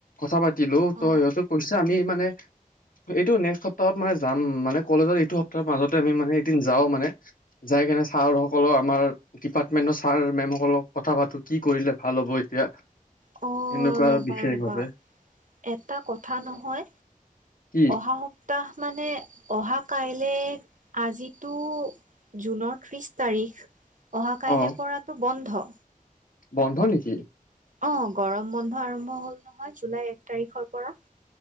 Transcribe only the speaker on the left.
কথা পাতিলো ত'
সিহঁতে কৈছে আমি মানে এইটো নেক্সট সপ্তাহত মানে যাম, মানে কলেজত এইটো সপ্তাহৰ মাজত আমি মানে এদিন যাও মানে যাই কেনে ছাৰ সকলৰ আমাৰ ডিপাৰ্টমেন্টৰ ছাৰ মেম সকলক কথা পাতো কি কৰিলে ভাল হ'ব এতিয়া।
এনেকুৱা
আৰু বিশেষভাৱে
কি
অ
বন্ধ নেকি